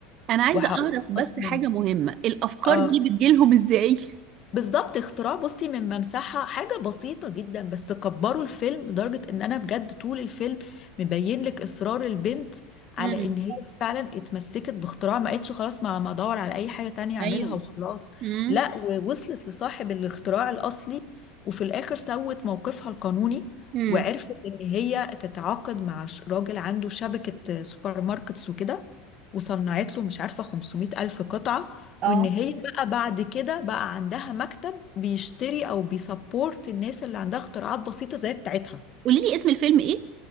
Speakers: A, on the right; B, on the left.
A: انا عايزه
B: وهقول
A: اعرف بس
B: اصلا
A: حاجه مهمه الافكار
B: اه
A: دي بتجيلهم ازاي
B: بالظبط اختراع بصي من ممسحة حاجة بسيطة جدا بس كبروا الفيلم لدرجة ان انا بجد طول الفيلم مبين لك اصرار البنت على
A: امم
B: ان هي فعلا اتمسكت باختراع ما قالتش خلاص ما ما ادور على اي حاجة تانية اعملها
A: ايوه
B: وخلاص
A: امم
B: لا ووصلت لصاحب الاختراع الاصلي وفي الاخر سوت موقفها القانوني
A: امم
B: وعرفت ان هي تتعاقد مع ش- راجل عنده شبكة سوبر ماركتس وكده وصنعت له مش عارفة 500 ألف قطعة
A: اه
B: وان هي بقى بعد كده بقى عندها مكتب بيشتري او بيسبورت الناس اللي عندها اختراعات بسيطة زي بتاعتها
A: قولي لي اسم الفيلم ايه